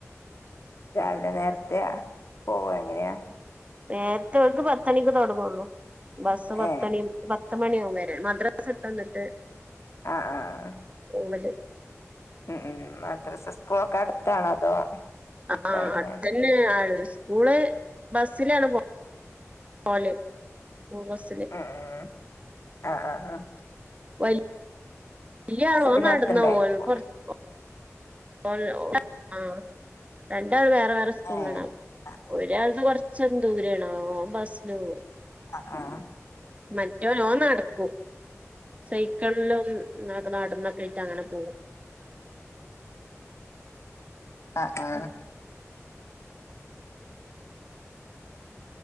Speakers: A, on the left (about 60°); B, on the right (about 25°).
A: രാവിലെ നേരത്തെ ആ പോവോ എങ്ങനെയാ
B: നേരത്തെ ഇവൾക്ക് പത്തുമണിക്ക് തൊടങ്ങുള്ളു ബസ് പത്തുമണി
A: ഏ
B: പത്ത് മണിയവും വാ മദ്രാസ വിട്ടുവന്നിട്ട്
A: ആഹ് ആഹ് ആഹ്
B: പോലെ
A: ഉം മദ്രസ സ്കൂളൊക്കെ അടുത്താണോ അതോ വിട്ടാ
B: ആഹ്
A: എങ്ങനെയാ
B: അടുത്ത് തന്നെ അ സ്കൂള് ബസിലാണ് <inaudible> പോലെ ഓഹ് ബസില്
A: ഉം ഉം ആഹ് ആഹ് ആ
B: വ ലിയ ആള് ഓൻ
A: പിന്നെ
B: നടന്നു
A: അടുത്തുണ്ടായിരിക്കും
B: പോം ഓന് കൊറച്ചു <unintelligible> ആ രണ്ട് വേറെ വേറെ സ്കൂളിലാണ്
A: ഏ ആഹ്
B: ഒരാൾതെ കുറച്ച് കൊച്ച ദൂരണോ ഓൻ ബസ്സില് പോ
A: ആ ആ
B: മ ഓൻ നടക്കും സൈക്കള്ളും ക്കെ നടന്നൊക്കെ ആയിട്ട് അങ്ങനെ പോകും
A: ആ ആ